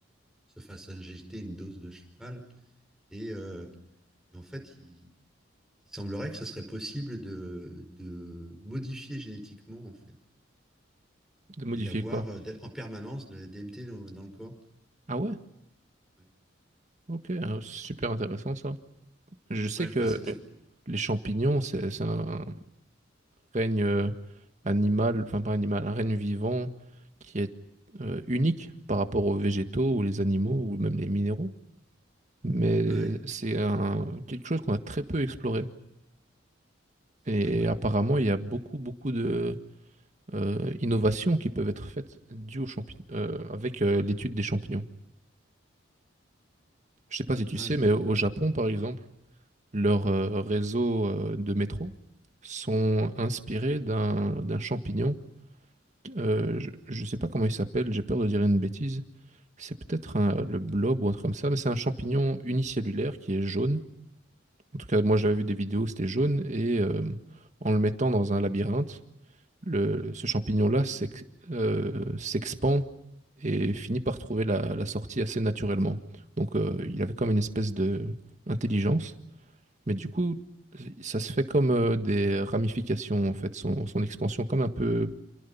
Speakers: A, in the centre; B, on the right (about 35°).
A: se fasse injecter une dose de cheval. Et, euh, et en fait, il, il, semblerait que ça serait possible de, de modifier génétiquement, en fait,
B: De modifier
A: et d'avoir
B: quoi?
A: euh, en permanence de la DMT dans, dans le corps.
B: Ah ouais?
A: Ouais,
B: Ok, euh, super intéressant ça. Je sais
A: ouais
B: que
A: enfin, c'était.
B: les champignons, c'est c'est un règne euh, animal, enfin pas animal, un règne vivant qui est euh, unique par rapport aux végétaux ou les animaux ou même les minéraux. Mais
A: Ouais, ouais,
B: c'est un, quelque chose qu'on a très peu exploré.
A: c'est
B: Et
A: vrai, ouais.
B: apparemment, il y a beaucoup, beaucoup de euh, innovations qui peuvent être faites dues aux champi- euh, avec euh, l'étude des champignons. Je sais pas si tu
A: ouais.
B: sais, mais au au Japon, par exemple, leurs euh, réseaux euh, de métro sont inspirés d'un d'un champignon Euh, je ne sais pas comment il s'appelle, j'ai peur de dire une bêtise. C'est peut-être un- le blob ou un truc comme ça, mais c'est un champignon unicellulaire qui est jaune. En tout cas, moi j'avais vu des vidéos, c'était jaune, et euh, en le mettant dans un labyrinthe, le, ce champignon-là s'ex- euh, s'expand et finit par trouver la, la sortie assez naturellement. Donc euh, il avait comme une espèce de intelligence, mais du coup, ça se fait comme euh, des ramifications, en fait, son, son expansion, comme un peu